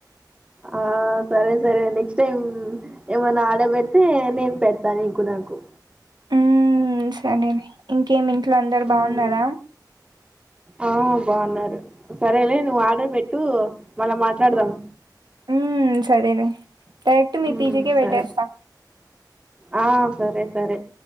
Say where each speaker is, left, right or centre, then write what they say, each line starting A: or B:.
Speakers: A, on the right (about 15°); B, on the right (about 75°).
A: ఆ సరే సరే నెక్స్ట్ టైమ్, ఏమన్నా ఆడబెడితే నేను పెడతా నీకు నాకు.
B: ఊమ్ సనేనే ఇంకేం ఇంట్లో అందరు
A: ఉమ్
B: బాగున్నారా
A: ఆ బాగున్నారు సరేలే నువ్వు ఆర్డర్ పెట్టు మళా మాట్లాడదాం
B: ఊమ్ సరేనే డైరెక్ట్ మీ
A: ఉమ్
B: పీ జీ కే పెట్టేస్తా
A: సరే ఆ సరే సరే